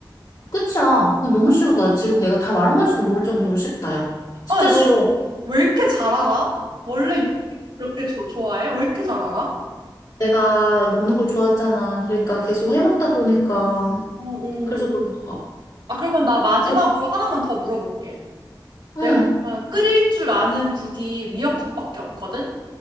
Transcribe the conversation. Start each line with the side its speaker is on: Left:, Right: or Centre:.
Left: 끝이야. 너무 쉬워. 나 지금 내가 다 말한 건지도 모를 정도로 쉽다, 야. 진짜
Right: 아, 너
Left: 쉬워.
Right: 왜 이렇게 잘 알아? 원래 요리 그렇게 조- 좋아해? 왜 이렇게 잘 알아?
Left: 내가 먹는 걸 좋아하잖아. 그러니까 계속 해 먹다 보니까
Right: 어, 어.
Left: 그래서 그런가 봐.
Right: 아, 그러면 나 마지막으로
Left: 그래-
Right: 하나만 더 물어볼게. 내가
Left: 응.
Right: 끓일 줄 아는 국이 미역국밖에 없거든?